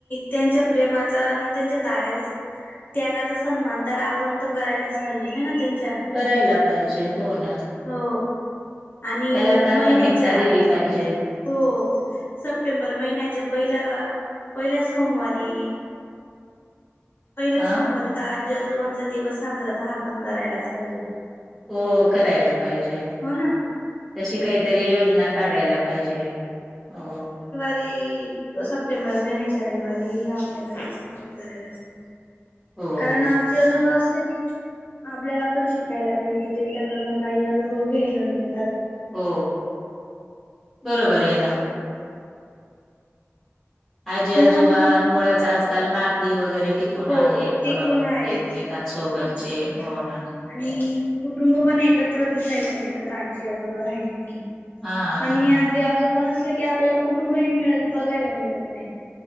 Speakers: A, on the left; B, in the centre.
A: त्यांच्या प्रेमाचा आणि त्यांच्या त्यागाचा त्यागाचा सन्मान तर आपण तर करायलाच पाहिजे ना
B: करायला पाहिजे हो ना
A: हो आणि
B: त्याला प्राथमिकता
A: महिन्याच्या
B: दिली पाहिजे
A: हो सप्टेंबर महिन्याच्या पहिल्या पहिल्या सोमवारी पहिला
B: हा
A: सोमवारी तर आजी आजोबांचा दिवस साजरा त हा आपण करायलाच पाहिजे
B: हो करायला पाहिजे
A: हो ना
B: तशी काहीतरी योजना काढायला पाहिजे हो
A: ते सप्टेंबर महिन्याच्या रविवारी आपल्याला तर साजरी करायलाच पाहिजे
B: हो
A: कारण आजओद वाासले की आपल्याला पण शिकायला मिळत त्यांच्याकडन काही अनुभव घ्यायला मिळतात
B: हो बरोबर आहे ना आजी
A: लहान
B: आजोबां
A: मुल
B: मुच आजकाल नाती वगैरे कोण
A: हो
B: आहेत
A: ते पण आहेत
B: एकमेकांसोबतचे
A: असं
B: होन
A: आणि कुटुंब पण एकत्र दिसायला मिळतात आजी आजोबा राहिली की
B: हा
A: आणि आजी आजोबा नसले की आपल्याला कुटुंबही मिळत बघायला मिळत नाही